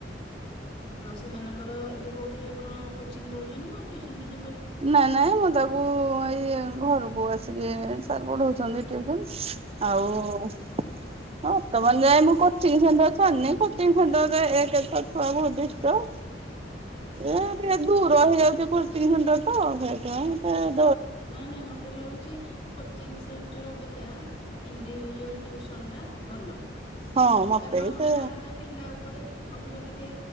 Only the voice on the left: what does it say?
ଆଉ ସେମାନଙ୍କର ଏବେ କୋଉଠି କଣ କୋଚିଙ୍ଗ ଦଉଛନ୍ତି ନା ଟ୍ୟୁସନ୍ ଫ୍ୟୁ
ଓହୋ
ନାଇଁ ନାଇଁ ମତେ ଲାଗୁଛି କୋଚିଙ୍ଗ୍ ସେ ସେଣ୍ଟ୍ ର ଅପେକ୍ଷା ଇଣ୍ଡିଭିଜୁଆଲ୍ ଟିଉସନ୍ ଟା ଭଲ।
କାନ
ଯାହା ହେଲେ ପିଲା ଉପରେ ଅଧିକ ଟିକେ